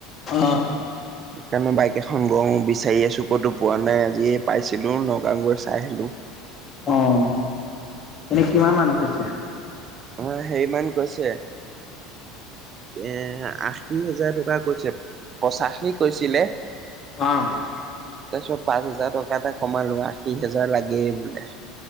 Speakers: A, on the left; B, on the right.
A: অ'।
B: কাৰণ, বাইক এখন বিচাৰি আছোঁ ক'তো পোৱা নাই, আজিয়ে পাইছিলোঁ, নগাওঁ গৈ চাই আহিলো।
A: অ', এনেই কিমান মান কৈছে?
B: আপোনৰ হেৰিমান কৈছে এ, আশী হোজাৰ টকা কৈছে, পঁচাশী কৈছিলে।
A: অ'।
B: তাৰপিছত পাঁচ হাজাৰ টকা এটা কমালো, আশী হাজাৰ লাগেই বোলে।